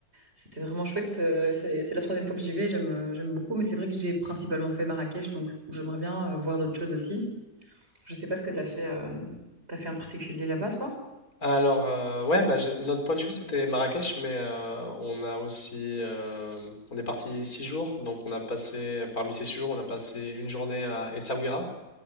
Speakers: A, on the right; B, on the left.
A: C'était vraiment chouette. Euh, C'est c'est la troisième fois que j'y vais. J'aime, euh, j'aime beaucoup. Mais c'est vrai que j'ai principalement fait Marrakech. Donc, j'aimerais bien euh, voir d'autres choses aussi. Je sais pas ce que tu as fait, euh, t'as fait en particulier là-bas, toi?
B: Alors, euh, ouais, bah, j'ai- notre point de vue, c'était Marrakech, mais euh, on a aussi, euh, on est parti six jours, donc on a passé, parmi ces six jours, on a passé une journée à Essaouira.